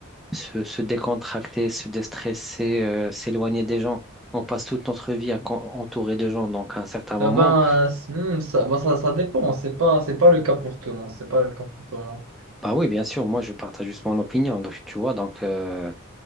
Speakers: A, in the centre; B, on the right.
A: se, se décontracter, se déstresser, euh, s'éloigner des gens. On passe toute notre vie à con- entouré de gens, donc à un certain moment,
B: Ah ben, euh, c- hmm, ça, ben, ça, ça dépend. C'est pas, c'est pas le cas pour tout le monde. C'est pas le cas pour tout le monde.
A: bah oui, bien sûr, moi je partage juste mon opinion, donc tu vois, donc euh,